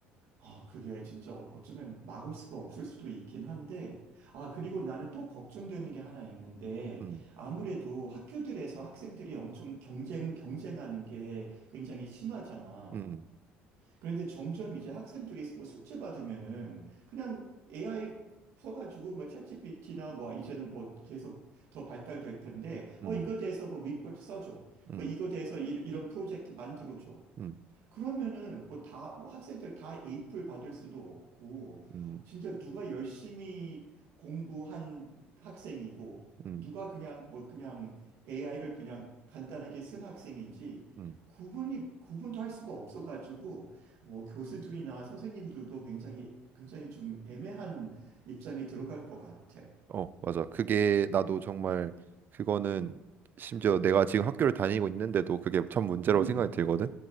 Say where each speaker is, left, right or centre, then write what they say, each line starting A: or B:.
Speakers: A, on the right; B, on the right.
A: 아, 그게 진짜 어- 어쩌면 막을 수가 없을 수도 있긴 한데, 아, 그리고 나는 또 걱정되는 게 하나 있는데,
B: 음,
A: 아무래도 학교들에서 학생들이 엄청 경쟁, 경쟁하는 게 굉장히 심하잖아.
B: 음,
A: 그런데 점점 이제 학생들이 뭐 숙제 받으면은 그냥 AI 써가지고 뭐 챗GPT나 뭐 이제는 뭐 계속 더 발달될 텐데,
B: 음,
A: 어, 이거 대해서 뭐 리포트 써줘.
B: 음,
A: 뭐 이거 대해서 이, 이런 프로젝트 만들어줘.
B: 음,
A: 그러면은 뭐 다 뭐 학생들 다 에이플 받을 수도 없고
B: 음,
A: 진짜 누가 열심히 공부한 학생이고
B: 음,
A: 누가 그냥 뭐 그냥 AI를 그냥 간단하게 쓴 학생인지
B: 음.
A: 구분이 구분도 할 수가 없어가지고 뭐 교수들이나 선생님들도 굉장히 굉장히 좀 애매한 입장에 들어갈 것 같아.
B: 어, 맞아. 그게 나도 정말 그거는 심지어 내가 지금 학교를 다니고 있는데도 그게 참 문제라고
A: 음,
B: 생각이 들거든.